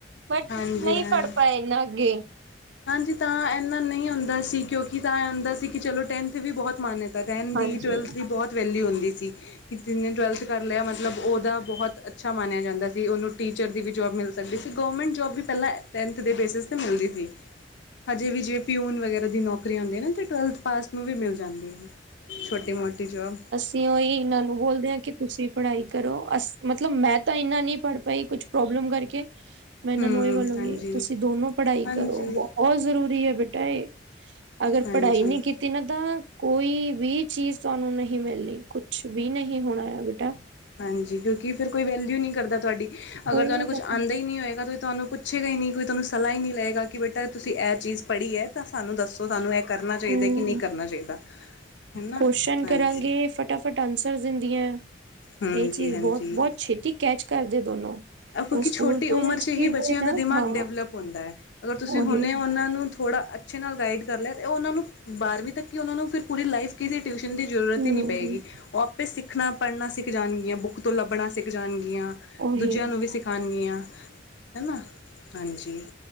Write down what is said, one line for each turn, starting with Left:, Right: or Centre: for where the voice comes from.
Right: ਬਟ
Left: ਹਾਂਜੀ
Right: ਨਹੀਂ
Left: ਹਾਂ
Right: ਪੜ ਪਾਏਂ ਨਾਂ ਅੱਗ਼ੇ
Left: ਹਾਂਜੀ ਤਾਂ ਇੰਨਾ ਨਹੀਂ ਹੁੰਂਦਾ ਸੀ ਕਿਉਂਕਿ ਤਾਂ ਇਹ ਆਉਂਦਾ ਸੀ ਕਿ ਚਲੋਂ ਟੈਂਨਥ ਵੀ ਬਹੁਤ ਮਾਨਤਾ ਟੈਨ ਦੀ,
Right: ਹਾਂਜੀ
Left: ਟਵਲਥ ਦੀ ਬਹੁਤ ਵੈਲਿਊ ਹੁੰਦੀ ਸੀ ਕਿ ਜਿੰਨੇ ਟਵਲਥ ਕਰ ਲਿਆ ਮਤਲਬ ਉਹਦਾ ਬਹੁਤ ਅੱਛਾ ਮੰਨਿਆ ਜਾਂਦਾ ਸੀ ਉਹਨੂੰ ਟੀਚਰ ਦੀ ਵੀ ਜੋਬ ਮਿਲ਼ ਸਕਦੀ ਅੱਗੇ ਸੀ ਗੌਰਮੈਂਟ ਜੋਬ ਵੀ ਪਹਿਲਾਂ ਟੈਂਨਥ ਦੇ ਬੇਸਿਸ 'ਤੇ ਮਿਲਦੀ ਸੀ ਹਜੇ ਵੀ ਜੇਬੀ ਪਿਊਨ ਵਗੈਰਾ ਦੀ ਨੌਕਰੀ ਆਉਂਦੀ ਹੈ ਨਾ ਟਵਲਥ ਪਾਸ ਨੂੰ ਵੀ ਮਿਲ ਜਾਂਦੀ ਹੈ ਛੋਟੀ ਮੋਟੀ ਜੋਬ
Right: ਓਹ ਇਹਨਾਂ ਨੂੰ ਬੋਲਦੇ ਆ ਕਿ ਤੁਸੀਂ ਪੜ੍ਹਾਈ ਕਰੋ ਅ ਮਤਲਬ ਮੈਂ ਤਾਂ ਇੰਨਾ ਨਹੀਂ ਪੜ੍ਹ ਪਾਈ ਕੁਛ ਪ੍ਰੋਬਲਮ ਕਰਕੇ ਮੈਂ ਇਹਨਾਂ
Left: ਹਮ
Right: ਨੂੰ ਇਹ ਬੋਲੋਂਗੀ,
Left: ਹਾਂਜੀ
Right: ਤੁਸੀਂ ਦੋਨੋ ਪੜ੍ਹਾਈ
Left: ਹਾਂਜੀ
Right: ਕਰੋ, ਬਹੁਤ ਜ਼ਰੂਰੀ ਹੈ ਬੇਟਾ ਇਹ ਅਗਰ
Left: ਹਾਂਜੀ
Right: ਪੜ੍ਹਾਈ ਨਹੀਂ ਕੀਤੀ ਤਿੰਨ ਦਾ ਕੋਈ ਵੀ ਚੀਜ਼ ਤੁਹਾਨੂੰ ਨਹੀਂ ਮਿਲਣੀ ਕੁਛ ਵੀ ਨਹੀਂ ਹੋਣਾ ਆ ਬੇਟਾ
Left: ਹਾਂਜੀ ਕਿਉਂਕਿ ਫਿਰ ਕੋਈ ਵੈਲਿਊ ਨਹੀਂ ਕਰਦਾ ਤੁਹਾਡੀ, ਅਗਰ
Right: ਕੋਈ
Left: ਤੁਹਾਨੂੰ
Right: ਨਾ
Left: ਕੁਛ
Right: ਕਰਨਾ
Left: ਆਉਂਦਾ ਹੀ ਨਹੀਂ ਹੋਏਗਾ ਤਾਂ ਤੁਹਾਨੂੰ ਪੁੱਛੇਗਾ ਹੀ ਨਹੀਂ ਤੁਹਾਨੂੰ ਸਲਾਹ ਹੀ ਨਹੀਂ ਲਏਗਾ ਕਿ ਬੇਟਾ ਤੁਸੀਂ ਇਹ ਚੀਜ਼ ਪੜ੍ਹੀ ਹੈ ਤਾਂ ਸਾਨੂੰ ਦੱਸੋ ਸਾਨੂੰ ਇੱਕ ਕਰਨਾ
Right: ਹਮ
Left: ਚਾਹੀਦਾ ਕਿ ਨਹੀਂ ਕਰਨਾ ਚਾਹੀਦਾ ਹੈ, ਹਨਾ
Right: ਕੁਸ਼ਚਨ
Left: ਹਾਂਜੀ
Right: ਕਰਾਂਗੇ ਫਟਾਫਟ ਆਨਸਰ ਦਿੰਦੀਆਂ,
Left: ਹਾਂਜੀ
Right: ਇਹ ਚੀਜ਼
Left: ਹਾਂਜੀ
Right: ਬਹੁਤ- ਬਹੁਤ ਛੇਤੀ ਕੈਚ ਕਰਦੇ ਦੋਨੋ
Left: ਕਿਉਂਕਿ
Right: ਉਹ ਸਕੂਲ
Left: ਛੋਟੀ
Right: ਤੋਂ
Left: ਉਮਰ
Right: ਅੱਛੀ
Left: 'ਚ ਹੀ
Right: ਖੇਡਦੇ
Left: ਬੱਚਿਆਂ ਦਾ
Right: ਨਾ
Left: ਦਿਮਾਗ
Right: ਹਾਂ
Left: ਡੈਵਲਪ ਹੁੰਦਾ ਹੈ ਅਗਰ ਤੁਸੀਂ
Right: ਉਹੀ
Left: ਹੁੰਨੇ ਉਹਨਾਂ ਨੂੰ ਥੋੜਾ ਅ ਅੱਛੇ ਨਾਲ ਗਾਈਡ ਕਰ ਲਿਆ ਉਹਨਾਂ ਨੂੰ ਬਾਰ੍ਹਵੀਂ ਤੱਕ ਕਿ ਉਹਨਾਂ ਨੂੰ ਫਿਰ ਪੂਰੀ ਲਾਈਫ ਕਿਸੇ ਟਿਊਸ਼ਨ ਦੀ ਜ਼ਰੂਰਤ
Right: ਹਮ
Left: ਹੀ ਨਹੀਂ ਪਏਗੀ, ਉਹ ਆਪੇ ਸਿੱਖਣਾ ਪੜ੍ਹਨਾ ਸਿੱਖ ਜਾਣਗੀਆਂ ਬੁੱਕ ਤੋਂ ਲੱਭਣਾ ਸਿੱਖ ਜਾਣਗੀਆਂ
Right: ਉਹੀ
Left: ਦੂਜਿਆਂ ਨੂੰ ਵੀ ਸਿਖਾਉਣਗੀਆਂ, ਹਨਾ ਹਾਂਜੀ